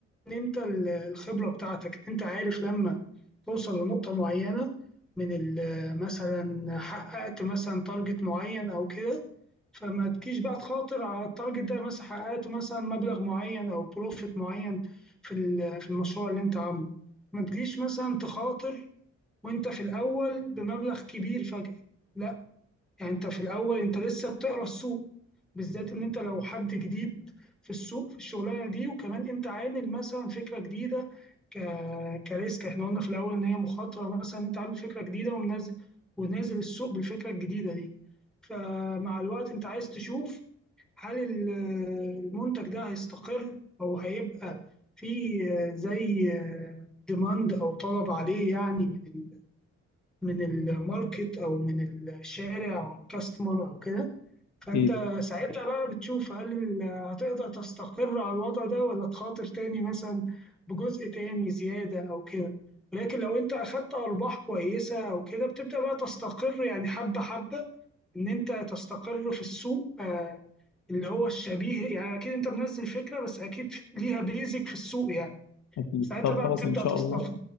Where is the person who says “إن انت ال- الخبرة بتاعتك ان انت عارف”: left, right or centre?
Centre